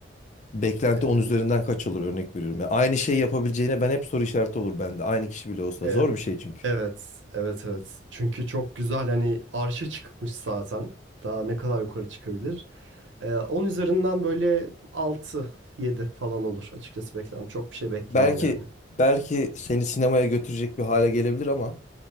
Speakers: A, on the left; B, on the right.
A: Beklenti
B: Ee,
A: 10 üzerinden kaç olur örnek veriyorum. Yani aynı şeyi yapabileceğine ben hep soru işareti olur bende. Aynı kişi bile olsa
B: e-
A: zor bir şey çünkü.
B: Evet, evet, evet. Çünkü çok güzel hani arşa çıkmış zaten. Daha ne kadar yukarı çıkabilir? Ee, 10 üzerinden böyle 6, 7 falan olur açıkçası beklentim. Çok bir şey beklemem
A: Belki
B: yani.
A: belki seni sinemaya götürecek bir hale gelebilir ama